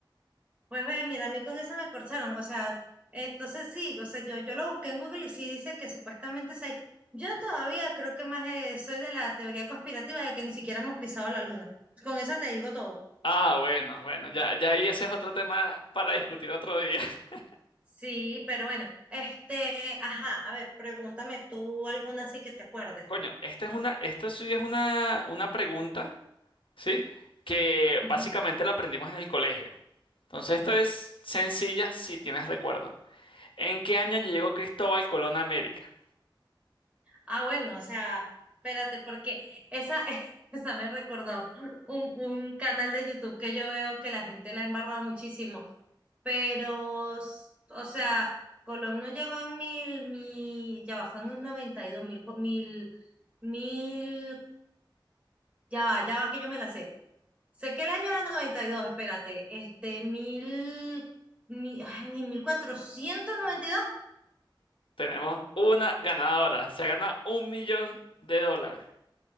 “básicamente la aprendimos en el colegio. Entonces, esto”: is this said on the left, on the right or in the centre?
Left